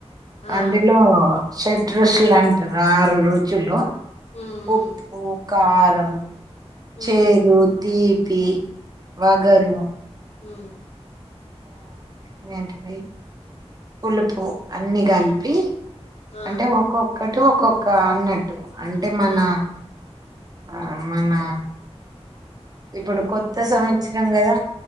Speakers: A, on the left; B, on the right.
A: ఆ ఆ
B: అందులో షడ్రుచులు అంటరు ఆరు రుచులు
A: మ్మ్ మ్మ్
B: ఉప్పు కారం
A: మ్మ్
B: చేదు తీప్ పి వగరు
A: హ
B: వెయాంటివి పులుపు అన్ని కలిపి
A: ఆ
B: అంటే ఒక్కొక్కటి ఒ ఒక్కొక్క అన్నట్ అంటే మన
A: ఆ
B: ఆ మన ఇప్పుడు కొత్త సంవత్సరం కదా